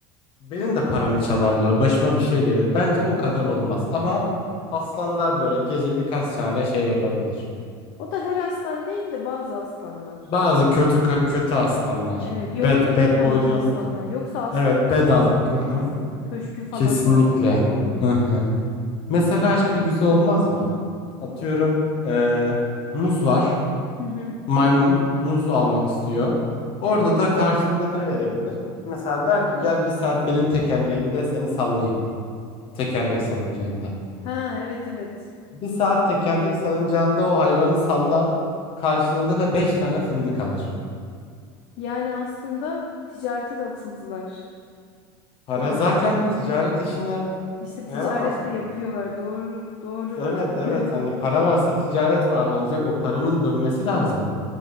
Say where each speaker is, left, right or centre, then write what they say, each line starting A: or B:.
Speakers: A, on the left; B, on the left.
A: benim de paramı çalarlar, başıma bir şey gelir. Bence o kadar olmaz ama aslanlar böyle gece birkaç tane şey yapabilir.
B: O da her aslan değil de bazı aslanlar.
A: Bazı kötü kötü aslanlar.
B: Evet,
A: Bad
B: yolunu bulamamış
A: bad boy diyoruz
B: aslanlar. Yoksa aslan
A: Evet
B: çok
A: bedava.
B: zengindir
A: hı
B: kesin. Köşkü falan
A: Kesinlikle.
B: vardır çoğunun.
A: Hı-hı. Mesela şey güzel olmaz mı? Atıyorum eee, muz var.
B: Hı hı.
A: Maymun muz almak istiyor. Orada
B: Evet.
A: da karşılığında ne verebilir? Mesela der ki gel bir saat benim tekerleğimde seni sallayayım. Tekerlek salıncağında.
B: Ha, evet evet.
A: Bir saat tekerlek salıncağında o hayvanı sallar. Karşılığında da beş tane fındık alır.
B: Yani aslında ticarete de atıldılar.
A: Para
B: Yavaş
A: zaten
B: yavaş.
A: ticaret işine
B: İşte ticaret
A: yaramaz
B: de
A: mı?
B: yapıyorlar. Doğru, doğru.
A: Evet evet
B: <laughs>
A: hani para varsa ticaret var olacak o paranın dönmesi lazım.